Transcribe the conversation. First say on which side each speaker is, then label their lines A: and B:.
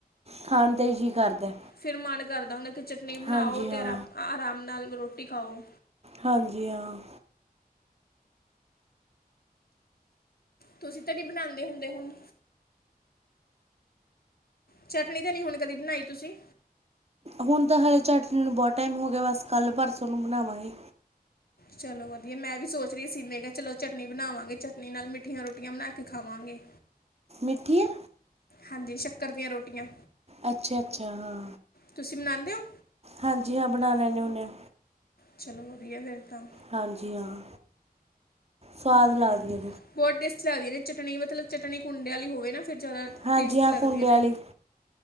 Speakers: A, on the right (about 40°); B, on the left (about 75°).
A: ਖਾਣ ਤੇ ਜੀ ਕਰਦਾ।
B: ਫਿਰ ਮਨ ਕਰਦਾ ਹੁੰਦਾ ਕਿ ਚਟਨੀ ਬਣਾਓ
A: ਹਾਂਜੀ
B: ਅਤੇ
A: ਹਾਂ
B: ਆਰਾ ਆਰਾਮ ਨਾਲ ਰੋਟੀ ਖਾਓ।
A: ਹਾਂਜੀ ਹਾਂ।
B: ਤੁਸੀਂ ਤਾਂ ਨੀ ਬਣਾਦੇ ਹੁੰਦੇ ਹੁਣ? ਚਟਨੀ ਤਾਂ ਨੀ ਹੁਣ ਕਦੀ ਬਣਾਈ ਤੁਸੀਂ?
A: ਹੁਣ ਤਾਂ ਹਾਲੇ ਚਟਨੀ ਨੂੰ ਬਹੁਤ ਟਾਈਮ ਹੋ ਗਿਆ ਬਸ ਕੱਲ੍ਹ ਪਰਸੋਂ ਨੂੰ ਬਣਾਵਾਂਗੇ।
B: ਚਲੋ ਵਧੀਆ ਮੈਂ ਵੀ ਸੋਚ ਰਹੀ ਸੀ ਮੈਂ ਕਿਹਾ ਚਲੋ ਚਟਨੀ ਬਣਾਵਾਂਗੇ ਚਟਨੀ ਨਾਲ ਮਿੱਠੀਆਂ ਰੋਟੀਆਂ ਬਣਾ ਕੇ ਖਾਵਾਂਗੇ।
A: ਮਿੱਠੀਆ!
B: ਹਾਂਜੀ ਸ਼ੱਕਰ ਦੀਆਂ ਰੋਟੀਆਂ।
A: ਅੱਛਾ ਅੱਛਾ ਹਾਂ।
B: ਤੁਸੀਂ ਬਣਾਦੇ ਹੋ?
A: ਹਾਂਜੀ ਹਾਂ, ਬਣਾ ਲੈਂਨੇ ਹੁੰਨੇ ਆ।
B: ਚਲੋ ਵਧੀਆ ਫਿਰ ਤਾਂ।
A: ਹਾਂਜੀ ਹਾਂ ਸਵਾਦ
B: ਵਧੀਆ
A: ਲੱਗਦੀ ਆ।
B: ਬਹੁਤ ਟੇਸਟੀ ਲੱਗਦੀ ਆਂ ਚਟਨੀ ਮਤਲਬ ਚਟਨੀ ਕੁੰਡੇ ਵਾਲੀ ਹੋਵੇ ਨਾ ਫਿਰ ਜ਼ਿਆਦਾ-
A: ਹਾਂਜੀ
B: ਟੇਸਟ
A: ਹਾਂ
B: ਲੱਗਦੀਆਂ
A: ਕੁੰਡੇ
B: ਨੇ
A: ਵਾਲੀ।